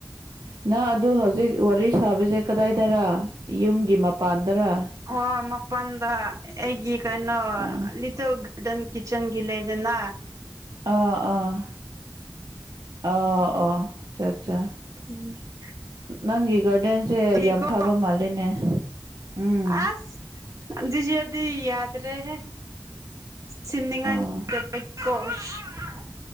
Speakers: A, on the right; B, on the right.
A: ꯅꯪ ꯑꯗꯨ ꯍꯧꯖꯤꯛ ꯋꯥꯔꯤ ꯁꯥꯕꯤꯁꯦ ꯀꯗꯥꯏꯗꯔ ꯌꯨꯝꯒꯤ ꯃꯄꯥꯟꯗꯔ
B: ꯑꯣ ꯃꯄꯥꯟꯗ ꯑꯩꯒꯤ ꯀꯩꯅꯣ
A: ꯑꯥ
B: ꯂꯤꯇꯣ ꯒ ꯗꯟ ꯀꯤꯆꯟꯒ ꯂꯩꯔꯦꯗꯅ
A: ꯑꯥ ꯑꯥ ꯑꯣ ꯑꯣ ꯑꯠꯆꯥ ꯑꯠꯆꯥ
B: <unintelligible>
A: ꯅꯪꯒꯤ ꯒꯥꯔꯗꯦꯟꯁꯦ
B: ꯗꯤꯀꯣ
A: ꯌꯥꯝ ꯐꯥꯕ ꯃꯥꯜꯂꯦꯅꯦ ꯎꯝ
B: ꯑꯁ ꯗꯤꯖꯤꯌꯦꯜꯗꯤ ꯌꯥꯗꯔꯍꯦ ꯁꯦꯝꯅꯤꯡꯉꯥꯏ
A: ꯑꯥ
B: ꯃꯤ <unintelligible> <unintelligible>